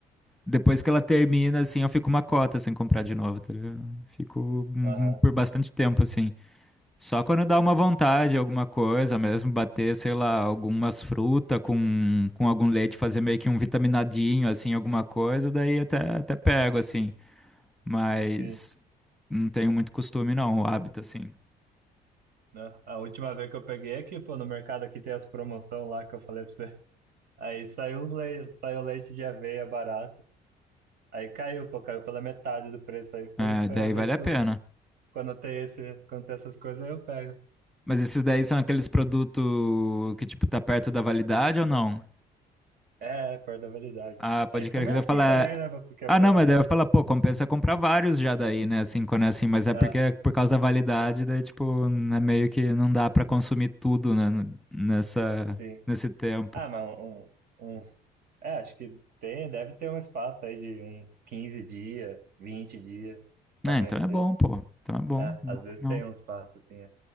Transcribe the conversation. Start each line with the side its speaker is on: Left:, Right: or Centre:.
Centre: Depois que ela termina, assim, eu fico uma cota sem comprar de novo, tá ligado? Fico hum,
Right: aham,
Centre: por bastante tempo, assim. Só quando dá uma vontade, alguma coisa mesmo, bater, sei lá, algumas frutas com, com algum leite, fazer meio que um vitaminadinho, assim, alguma coisa, daí até, até pego, assim. Mas
Right: sim.
Centre: não tenho muito costume, não, o hábito, assim.
Right: Né? A última vez que eu peguei é que, pô, no mercado aqui tem as promoções lá que eu falei pra você. Aí saiu os leite, saiu leite de aveia barato. Aí caiu, pô, caiu pela metade do preço. Aí foi,
Centre: É,
Right: foi
Centre: daí
Right: a vez
Centre: vale
Right: que
Centre: a pena.
Right: eu, quando tem esse, quando tem essas coisas, aí eu pego.
Centre: Mas esses daí são aqueles produtos que, tipo, tá perto da validade ou não?
Right: É, é, perto da validade.
Centre: Ah, pode
Right: Aí fica
Centre: querer
Right: meio
Centre: que eu
Right: assim
Centre: falar.
Right: também, né? Porque,
Centre: Ah,
Right: pô,
Centre: não,
Right: é,
Centre: mas daí eu falar, pô, compensa comprar vários já daí, né? Assim, quando é assim, mas é
Right: é,
Centre: porque é por causa da validade, daí, tipo, é meio que não dá pra consumir tudo, né? n- Nessa,
Right: sim.
Centre: nesse tempo.
Right: Ah, mas um, um, uns- é, acho que tem, deve ter um espaço aí de uns 15 dias, 20 dias pra
Centre: É,
Right: vencer.
Centre: então é bom, pô. Então é bom.
Right: É,
Centre: Não,
Right: às
Centre: é
Right: vezes
Centre: ruim, não.
Right: tem um espaço assim, é.